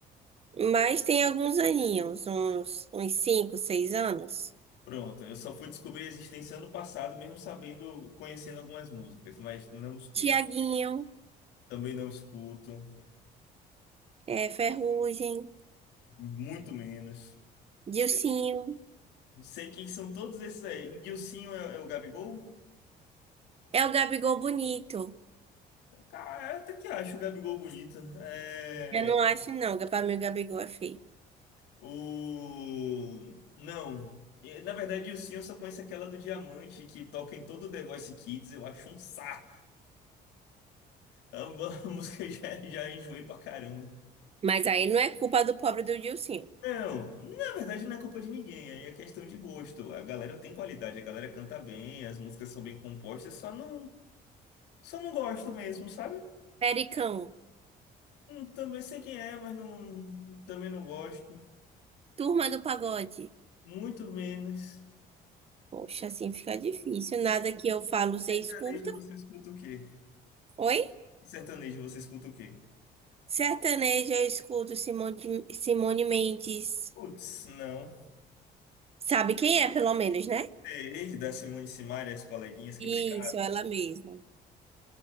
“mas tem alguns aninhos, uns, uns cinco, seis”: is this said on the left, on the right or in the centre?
Right